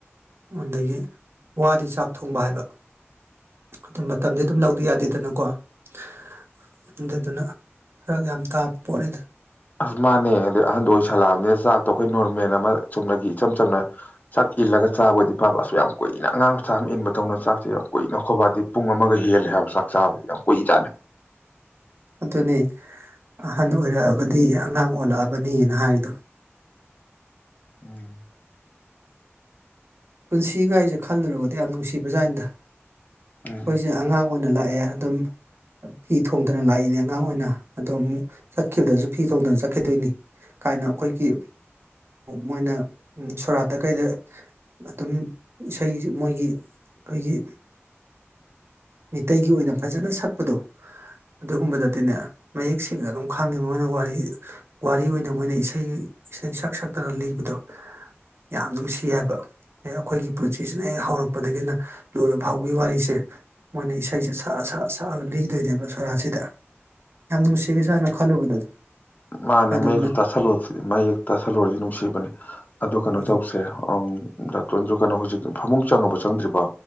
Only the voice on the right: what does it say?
ꯑꯗꯒꯤ ꯋꯥꯗꯤ ꯆꯥꯛ ꯊꯣꯡꯕ ꯍꯥꯏꯕ ꯑꯗꯨꯝ ꯃꯇꯝꯗꯤ ꯑꯗꯨꯝ ꯂꯧꯗ ꯌꯥꯗꯦꯗꯅꯀꯣ ꯑꯗꯨꯗꯨꯅ ꯐꯔꯛ ꯌꯥꯝ ꯇꯥꯕ ꯄꯣꯠꯅꯤꯗ
ꯑꯗꯨꯅꯤ ꯑꯍꯟ ꯑꯣꯏꯔꯛꯑꯒꯗꯤ ꯑꯉꯥꯡ ꯑꯣꯜꯂꯛꯑꯕꯅꯤꯅ ꯍꯥꯏꯔꯤꯗꯣ
ꯄꯨꯟꯁꯤ ꯒꯥꯏꯖꯦ ꯈꯜꯂꯨꯔꯕꯨꯗꯤ ꯌꯥꯝ ꯅꯨꯡꯁꯤ ꯀ ꯕ ꯖꯥꯠꯅꯤꯗ
ꯑꯩꯈꯣꯏꯁꯦ ꯑꯉꯥꯡ ꯑꯣꯏꯅ ꯂꯥꯛꯑꯦ ꯑꯗꯨꯝ ꯐꯤ ꯊꯣꯡꯗꯅ ꯂꯥꯛꯏꯅꯤ ꯑꯉꯥꯡ ꯑꯣꯏꯅ ꯑꯗꯣ ꯑꯃꯨꯛ ꯆꯠꯈꯤꯕꯗꯁꯨ ꯐꯤ ꯊꯣꯡꯗꯅ ꯆꯠꯈꯤꯗꯣꯏꯅꯤ ꯀꯥꯏꯅ ꯑꯩꯈꯣꯏꯒꯤ ꯃꯣꯏꯅ ꯁꯣꯔꯥꯠꯇ ꯀꯩꯗ ꯑꯗꯨꯝ ꯏꯁꯩ ꯃꯣꯏꯒꯤ ꯑꯩꯈꯣꯏꯒꯤ ꯃꯤꯇꯩꯒꯤ ꯑꯣꯏꯅ ꯐꯖꯅ ꯁꯛꯄꯗꯣ ꯑꯗꯨꯒꯨꯝꯕꯗꯗꯤꯅꯦ ꯃꯌꯦꯛ ꯁꯦꯡꯅ ꯑꯗꯨꯝ ꯈꯪꯉꯤ ꯃꯣꯏꯅ ꯋꯥꯔꯤ ꯋꯥꯔꯤ ꯑꯣꯏꯅ ꯃꯣꯏꯅ ꯏꯁꯩ ꯏꯁꯩ ꯁꯛ ꯁꯛꯇꯅ ꯂꯤꯕꯗꯣ ꯌꯥꯝ ꯅꯨꯡꯁꯤ ꯍꯥꯏꯕ ꯍꯦꯛ ꯑꯩꯈꯣꯏꯒꯤ ꯄꯨꯟꯁꯤꯁꯤꯅ ꯍꯦꯛ ꯍꯧꯔꯛꯄꯗꯒꯤꯅ ꯂꯣꯏꯔꯕ ꯐꯥꯎꯕꯒꯤ ꯋꯥꯔꯤꯁꯦ ꯃꯣꯏꯅ ꯏꯁꯩꯁꯦ ꯁꯛꯑ ꯁꯛꯑ ꯁꯛꯑꯒ ꯂꯤꯗꯣꯏꯅꯦꯕ ꯁꯣꯔꯥꯠꯁꯤꯗ ꯌꯥꯝ ꯅꯨꯡꯁꯤꯒ꯭ꯔꯖꯥꯠꯅ ꯈꯜꯂꯨꯕꯗꯗꯤ
ꯑꯗꯨ
ꯎꯝ